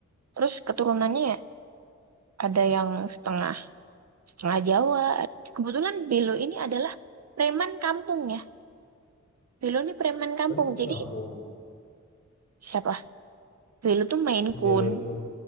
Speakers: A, on the right; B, on the left.
A: terus keturunannya ya ada yang setengah setengah Jawa kebetulan belo ini adalah preman kampung ya belo ini preman kampung
B: Oh, dia kucing
A: jadi
B: kampung.
A: siapa belo tuh Maine
B: Si
A: Coon
B: Belo itu.